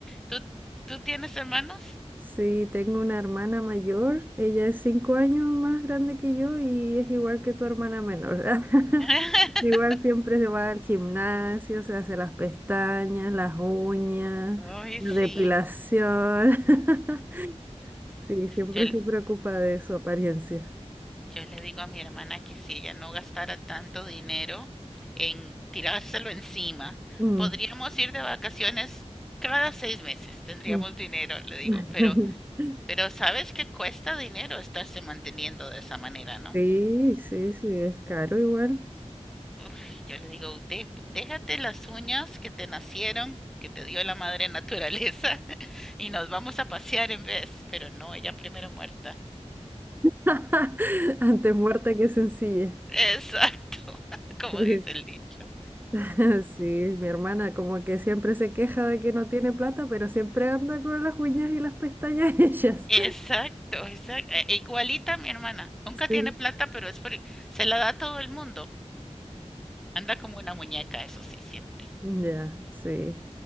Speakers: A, in the centre; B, on the right.
A: ¿Tú, tú tienes hermanos?
B: Sí, tengo una hermana mayor, ella es cinco años más grande que yo y es igual que tu hermana menor. <laughs>
A: <laughs>
B: Igual siempre se va al gimnasio, se hace las pestañas, las uñas,
A: Ay,
B: la
A: sí.
B: depilación. <laughs> Sí, siempre
A: Yo,
B: se preocupa de su apariencia.
A: Yo le digo a mi hermana que si ella no gastara tanto dinero en tirárselo encima,
B: Mm,
A: podríamos ir de vacaciones cada seis meses, tendríamos
B: mm.
A: dinero, le digo,
B: <laughs>
A: pero, pero sabes que cuesta dinero estarse manteniendo de esa manera, ¿no?
B: Sí, sí, sí, es caro igual.
A: Uf, yo le digo, "De- déjate las uñas que te nacieron, que te dio la madre naturaleza, <laughs> y nos vamos a pasear en vez, pero no, ella primero muerta.
B: <laughs> Antes muerta que sencilla.
A: Exacto, <laughs> como
B: <laughs>
A: dice el dicho.
B: <laughs> Sí, mi hermana como que siempre se queja de que no tiene plata, pero siempre anda con las uñas y las pestañas <laughs> hechas.
A: Exacto, exacto. E, e Igualita a mi hermana. Nunca
B: Sí.
A: tiene plata, pero es por... se la da a todo el mundo. Anda como una muñeca, eso sí, siempre.
B: Ya, sí.